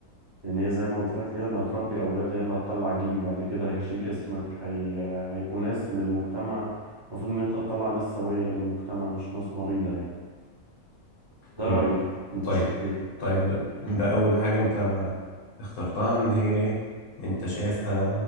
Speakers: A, on the right; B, on the left.
A: لان هي زي ما قلت لك هي اللي هتربي اولاد هي اللي هتطلع جيل بعد كده هيشيل اسمك هي... هيبقوا ناس للمجتمع المفروض ان انت تطلع ناس سوية للمجتمع مش ناس مريضة يعني ده
B: مم.
A: رأيي انت
B: طيب
A: شايف ايه
B: طيب ده ده أول حاجة أنت اخترتها ان هي ايه انت شايفها